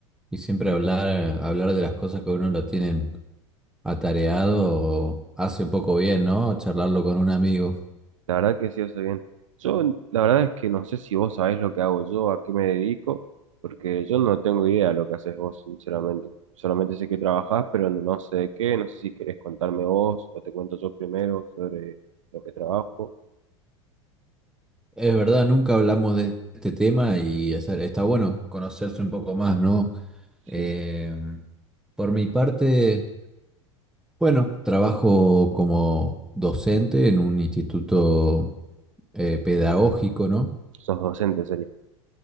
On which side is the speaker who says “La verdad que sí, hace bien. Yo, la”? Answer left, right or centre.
Right